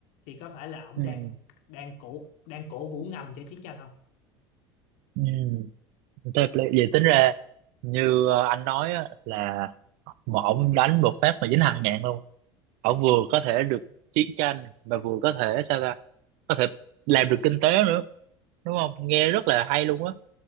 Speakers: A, on the left; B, on the right.
A: Thì có phải là ông
B: ừ.
A: đang đang cổ đang cổ vũ ngầm cho chiến tranh không?
B: Ừ. Thế là vậy tính ra như ờ, anh nói á, là mà ông đánh một phát mà dính hàng ngàn luôn họ vừa có thể được chiến tranh mà vừa có thể sao ta có thể làm được kinh tế nữa đúng không nghe rất là hay luôn á